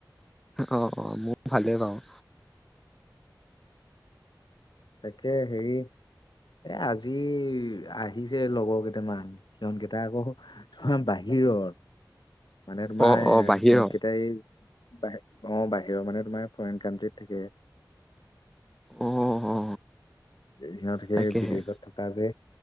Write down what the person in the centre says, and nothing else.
অ-অ, মোৰ ভালেই বাৰু।
অ অ বাহিৰৰ
অ অ
তাকেহে